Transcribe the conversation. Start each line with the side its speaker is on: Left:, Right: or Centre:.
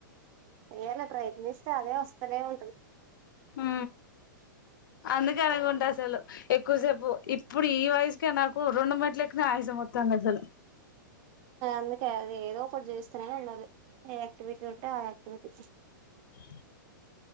Right: ఏదైనా ట్రై చేస్తే అదే వస్తనే ఉంటది
Left: ఉ అందుకే అనకుంటే అసలు ఎక్కువసేపు ఇప్పుడు ఈ వయసుకే నాకు రెండు మెట్లు ఎక్కిన పాయసం వస్తది పాయసం వస్తది అసలు
Right: అందుకే అది ఏదో ఒకటి చేస్తానే ఉండాలి ఏ యాక్టివిటీ ఉంటే ఆ యాక్టివిటీ
Left: బైక్ సౌండ్